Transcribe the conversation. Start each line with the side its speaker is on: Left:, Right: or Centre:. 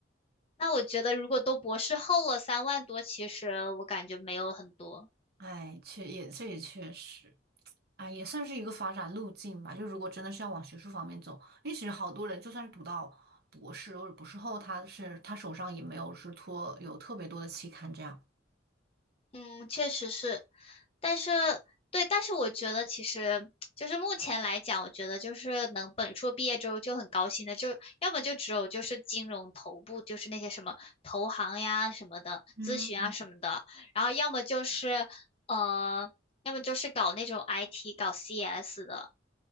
Left: 那我觉得如果都博士后了，三万多，其实我感觉没有很多，
Right: 哎，确也这也确实，哎，也算是一个发展路径吧。就如果真的是要往学术方面走，因为其实好多人就算是读到博士或者博士后，他是他手上也没有是托有特别多的期刊这样。
Left: 嗯，确实是。但是对，但是我觉得其实就是目前来讲，我觉得就是能本硕毕业之后就很高兴的，就要么就只有就是金融头部，就是那些什么投行呀什么的，
Right: 嗯，
Left: 咨询啊什么的，然后要么就是呃，要么就是搞那种 IT 搞 CS 的，